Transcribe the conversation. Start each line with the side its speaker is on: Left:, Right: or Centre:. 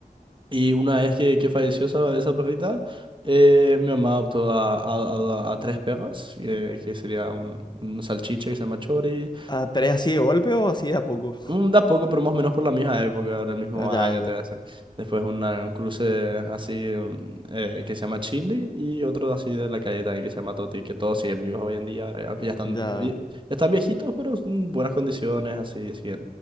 Right: Y una vez que, que falleció esa, esa perrita, eh, mi mamá adoptó a, a, a- a tres perros, eh, que sería un, un salchicha que se llama Chori,
Left: Ah, ¿tenés así de golpe o así de a poco?
Right: Mm, Da poco, pero más o menos por la misma época, del mismo
Left: Ah, ya,
Right: año,
Left: ya,
Right: te voy a decir. Después una- un cruce así mm, eh, que se llama Chile y otro así de la calle también que se llama Toti, que todos siguen vivos hoy en día, ahora, aunque ya están,
Left: ya,
Right: vi- ya están viejitos, pero en buenas condiciones, así siguen,